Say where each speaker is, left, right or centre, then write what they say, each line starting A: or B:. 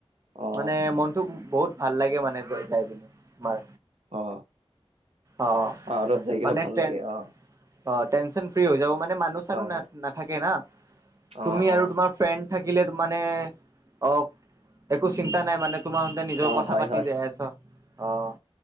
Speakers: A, on the right; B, on the right.
A: অ
B: মানে মন মনটো বহুত ভাল লাগে মানে, যায় পিনে তোমাৰ।
A: অ',
B: অ
A: পাহাৰত যায়
B: মানে
A: কিনে ভাল
B: টেন
A: লাগে। অহ
B: অ', টেনচন ফ্ৰী হৈ যাওঁ। মানে, মানুহ- চানুহ
A: হয় হয়
B: নাথাকে না, তুমি
A: অ
B: আৰু
A: অ
B: তোমাৰ ফ্ৰেণ্ড থাকিলে মানে অ' একো চিন্তা নাই মানে তোমাৰমতে নিজৰ
A: অ
B: কথা
A: হয়
B: পাতি
A: হয়
B: যায় আছা অ'